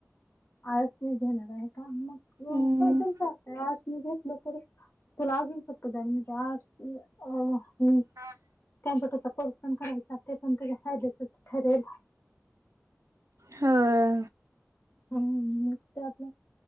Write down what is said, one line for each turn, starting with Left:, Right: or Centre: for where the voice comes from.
Left: आर्टस् च घेणारे. मग
Right: हम्म
Left: काद चालतय आर्टस मी घेतलं तर तूला अजून सोपं ‌जाईल, म्हणजे आर्टस. <inaudible>
Right: हा.
Left: कम्प्युटरचा कोर्स पण करायचा, ते पण तुझ फायद्याचच ठरेल.
Right: होय.
Left: हम्म. मग ते आपलं